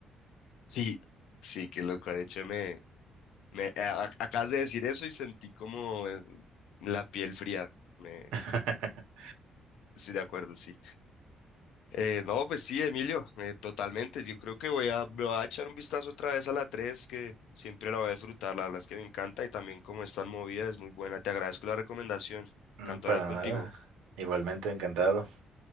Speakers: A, on the left; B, on the right.
A: Sí, sí, qué loco. De hecho, me, me a- a- acabas de decir eso y sentí como eh, la piel fría. Me,
B: <laughs>
A: estoy de acuerdo, sí. Eh, no, pues sí, Emilio, eh, totalmente. Yo creo que voy a, me voy a echar un vistazo otra vez a la 3 que siempre la voy a disfrutar. La verdad es que me encanta y también como es tan movida, es muy buena. Te agradezco la recomendación.
B: Mm,
A: Canto
B: Para
A: hablar contigo.
B: nada. Igualmente encantado.